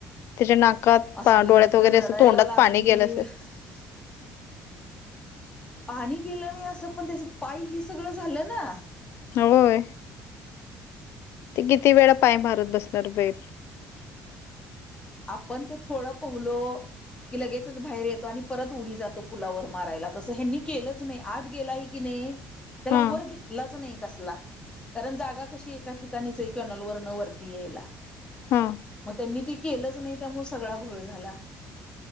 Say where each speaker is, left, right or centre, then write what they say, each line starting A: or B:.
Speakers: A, on the left (about 65°); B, on the left (about 25°).
A: त्याच्या नाकात
B: असली
A: पा डोळ्यात
B: नंतर
A: वगैरे अस
B: रडायला
A: तोंडात
B: लागली
A: पाणी गेलं असल
B: <unintelligible> पाणी गेल नाही असं पण त्याच पाय हे सगळं झालं ना
A: होय. ते किती वेळा पाय मारत बसणार बैल
B: आपण ते थोडं पोहलो. की लगेचच बाहेर येतो आणि परत उडी जातो पुलावर मारायला तसं है नी केलंच नाई आत गेलाय की नाई त्याला
A: हा
B: वर घेतलाच नाही. असला कारण जागा कशी एका ठिकाणीच आहे कनॉल वर न वरती यायला.
A: हा
B: म त्यांनी ती केलंच नाही त्यामुळ सगळा घोळ झाला.